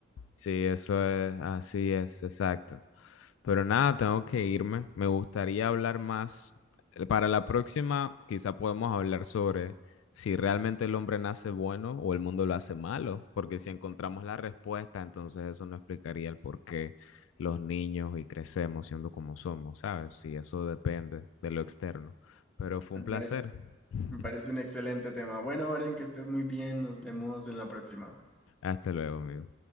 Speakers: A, on the left; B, in the centre.
A: Sí, eso es, así es, exacto. Pero nada, tengo que irme. Me gustaría hablar más. Eh, Para la próxima, quizá podemos hablar sobre si realmente el hombre nace bueno o el mundo lo hace malo, porque si encontramos la respuesta, entonces eso no explicaría el por qué los niños y crecemos siendo como somos, ¿sabes? Si eso depende de lo externo. Pero fue
B: Me
A: un
B: pare-
A: placer. <laughs>
B: me parece un excelente tema. Bueno, Oren, que estés muy bien. Nos vemos en la próxima.
A: Hasta luego, amigo.